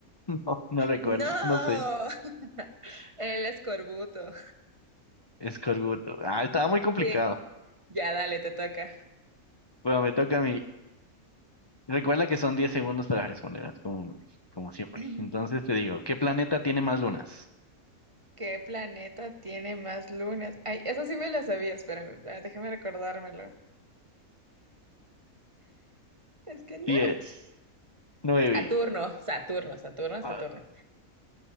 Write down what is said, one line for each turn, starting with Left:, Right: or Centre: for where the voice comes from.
Left: No, no recuerdo,
Right: ¡No!
Left: no sé.
Right: <laughs> El escorbuto.
Left: Escorbuto. Ah, estaba muy complicado.
Right: Sí. Ya, dale, te toca.
Left: Bueno, me toca a mí. Recuerda que son 10 segundos para responder, así como, como siempre.
Right: <clears throat>
Left: Entonces te digo, ¿qué planeta tiene más lunas?
Right: ¿Qué planeta tiene más lunas? Ay, eso sí me lo sabía, espérame, espérame, déjame recordármelo. Es que no.
Left: 10, 9.
Right: Saturno, Saturno, Saturno, Saturno.
Left: ah,